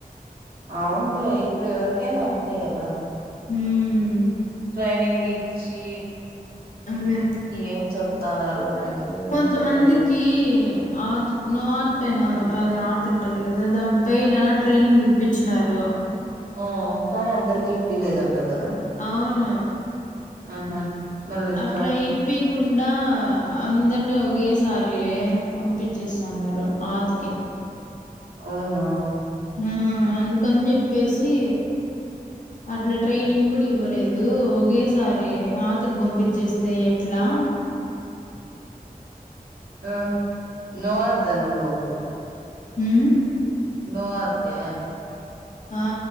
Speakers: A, on the right; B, on the left.
A: అవునులే ఇప్పుడు ఎవరికైనా అంతే కదా
B: ఉమ్
A: ట్రైనింగ్ ఇచ్చి
B: అదే
A: ఏం చెప్ ఇస్తాన్నారు మనకి ఏం
B: కొంతమందికి
A: చెప్పట్లే
B: ఆది నాత్ పైన అది ఆకుంటది కదా దాని పైన ట్రైనింగ్ ఇప్పించినారు
A: ఆ కానీ అందరికి ఇప్పిలేదంట కదా
B: అవును
A: ఆహా మళ్ళీ ఎట్లా
B: అట్లా ఈ పీక్ కుండా అందరినీ ఒకేసారి పంపించేస్తున్నారు ఆటికి
A: అవునా
B: మ్ అందుకని చెప్పేసి అట్లా ట్రైనింగ్ కూడా ఇవ్వలేదు ఒకేసారి ఆటకు పంపించేస్తే ఎట్లా
A: ఆ నువ్వు పోతున్నావా నువ్వు
B: మ్
A: నోవాత్క
B: ఆ